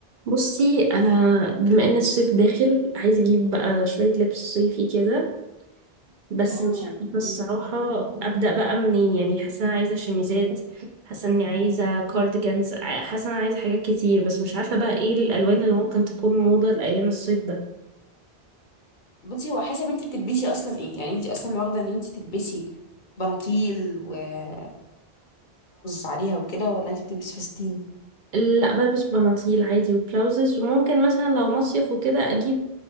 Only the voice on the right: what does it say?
بصي انا بما ان الصيف داخل عايزه اجيب بقى شويه لبس صيفي كده بس
مش عارفه الصراحه
ابدا بقى منين يعني حاسه انا عايزه شميزات حاسه اني عايزه كارديجانز ع- حاسه انا عايزه حاجات كتير بس مش عارفه بقى ايه الالوان اللي ممكن تكون موضه لايام الصيف ده
لا بلبس بناطيل عادي وبلاوزز وممكن مثلا لو مصيف وكده اجيب